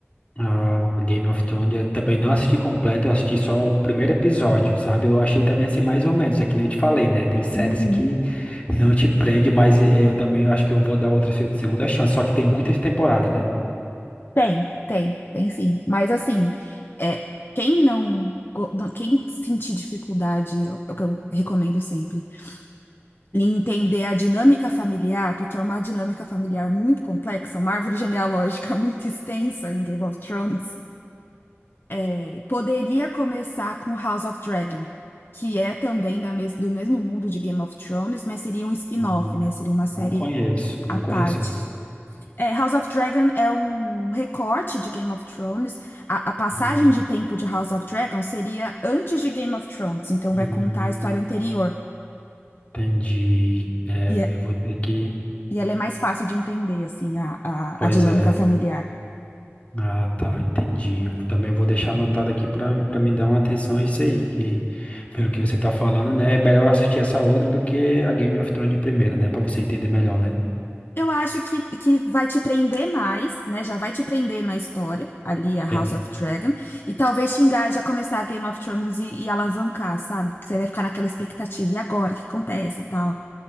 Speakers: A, on the left (about 30°); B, on the left (about 50°).
A: ah, Game of Thrones, eu também não assisti completo, eu assisti só o primeiro episódio, sabe? Eu achei também assim, mais ou menos, é que nem eu te falei, né? Tem séries
B: Uhum.
A: que não te prende, mas eu também eu acho que eu vou dar outra se- segunda chance, só que tem muitas temporadas, né?
B: Tem, tem, tem sim. Mas assim, é, quem não, go- não- quem sentir dificuldade, eu, eu eu recomendo sempre. e entender a dinâmica familiar, porque é uma dinâmica familiar muito complexa, uma árvore genealógica <laughs> muito extensa em Game of Thrones, eh, poderia começar com House of Dragon, que é também da mes do mesmo mundo de Game of Thrones, mas seria um spin-off,
A: Hum,
B: né? Seria uma série
A: Não conheço, não
B: à parte.
A: conheço esse.
B: Eh, House of Dragon é um recorte de Game of Thrones. A, a passagem
A: Hum,
B: de tempo de House of Dragon seria antes de Game of Thrones, então
A: hum,
B: vai contar a história anterior.
A: entendi. É,
B: E é,
A: eu vou ter que.
B: E ela é mais fácil de entender, assim, a, a,
A: Pois
B: a dinâmica
A: é.
B: familiar.
A: Ah, tá, entendi. Eu também vou deixar anotado aqui para para me dar uma atenção a isso aí, que pelo que você tá falando, né, é melhor assistir essa outra do que a Game of Thrones de primeira, né, para você entender melhor, né?
B: Eu acho que, que vai te prender mais, né? Já vai te prender na história, ali a
A: Entendi.
B: House of Dragon. E talvez te engaje a começar a Game of Thrones e, e alavancar, sabe? Que você vai ficar naquela expectativa. E agora? O que acontece e tal?